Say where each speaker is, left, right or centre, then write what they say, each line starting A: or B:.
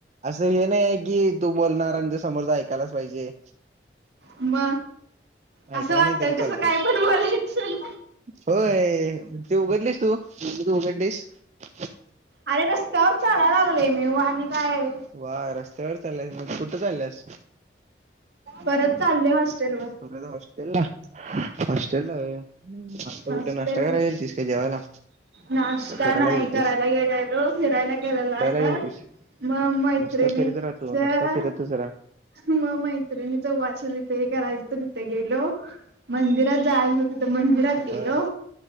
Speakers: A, on the right; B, on the right.
A: असं हे नाहीये की समोरचं ऐकायलाच पाहिजे.
B: म,
A: ऐकला
B: असं वाटलं
A: नाही तरी चालतंय
B: तसं काय पण बोलायचं.
A: होय, म त उघडलीस तू, म तू उघडलीस, फ
B: अरे रस्त्यावर चाला लागलोय मीवआणि काय
A: वा रस्त्यावर चालल्यास, मग कुठं चालल्यास?
B: परत चालले हॉस्टेल वर.
A: परत हॉस्टेलला. होस्टेलला वय, आता
B: हॉस्टेल
A: कुठं नाश्ता करायला गेलतीस का जेवायला,
B: नाश्ता
A: का फिरायला
B: नाही
A: गेलता
B: करायला गेलेलो, फिरायला गेलेलो असंच
A: गेलतीस
B: म मैत्रिणीचं
A: नुसता फिरत राहा तू नुसता फिरतच राहा.
B: मग मैत्रिणीचं वॉच रिपेअर करायचं तिथं गेलो मंदिरात जायचं होतं तींत मंदिरात गेलो,
A: बर